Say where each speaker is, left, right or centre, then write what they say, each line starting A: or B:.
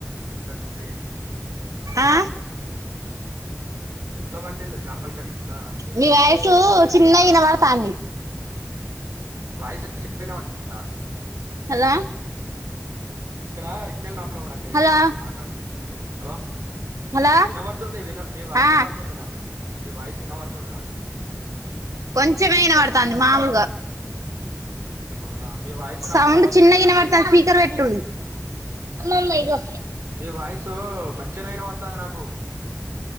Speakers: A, on the right; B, on the right.
A: ఎట్లా కుక్ చేసిళ్ళు
B: ఆ
A: ఎట్లా వండిళ్లు చాపల కర్రీ ఎట్లా
B: మీ వాయిసు
A: దాన్ని
B: చిన్నగా
A: ఎట్లా
B: వినబడతాంది
A: వాయిస్ చిన్న గా వినబడతంద
B: హలో
A: ఇక్కడ సిగ్నల్ ప్రాబ్లం ఉందండి
B: హలో
A: కొద్దిగా మాకాడ హలో
B: హలో
A: వినబడుతుంది విన మీ వాయిస్
B: ఆ
A: వినబడుతుంది నాకు మీ వాయిస్ వినవడుతుంది నాకు
B: కొంచెమే వినపడుతాంది మామూలుగా
A: అవునా మీ వాయిస్ నాకు
B: సౌండ్
A: వినబడుతుంది
B: చిన్నగ వినపడతంది
A: మంచిగానే
B: స్పీకర్ పెట్టు అమ్మ మ్మ ఇగో
A: మీ వాయిస్ మంచిగానే వినబడుతుంది నాకు